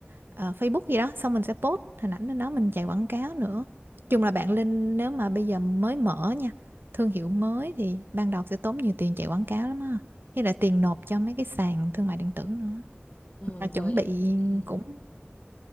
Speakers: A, on the right (about 60°); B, on the left (about 35°).
A: ờ, Facebook gì đó xong mình sẽ post hình ảnh lên đó mình chạy quảng cáo nữa chung là bạn Linh nếu mà bây giờ mới mở nha thương hiệu mới thì ban đầu sẽ tốn nhiều tiền chạy quảng cáo lắm á với lại tiền nộp cho mấy cái sàn thương mại điện tử nữa
B: ừ,
A: mà chuẩn
B: hồi
A: bị
B: ừ.
A: cũng